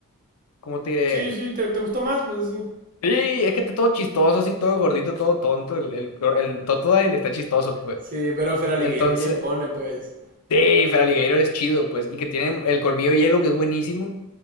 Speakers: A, on the left (about 85°); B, on the right (about 40°).
A: ¿cómo te diré?
B: Sí, sí, ¿te, te gustó más? Pues sí.
A: Sí, es que está todo chistoso, así todo gordito, todo tonto. El, el, el Totodile está chistoso, pues.
B: Sí, pero Feraligator
A: Entonces,
B: ya impone, pues.
A: sí, Feraligatr es chido, pues. Y que tiene el colmillo hielo, que es buenísimo.